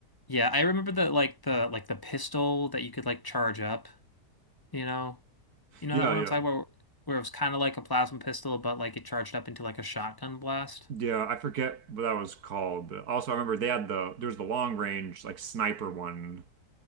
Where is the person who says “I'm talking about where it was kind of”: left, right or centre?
Left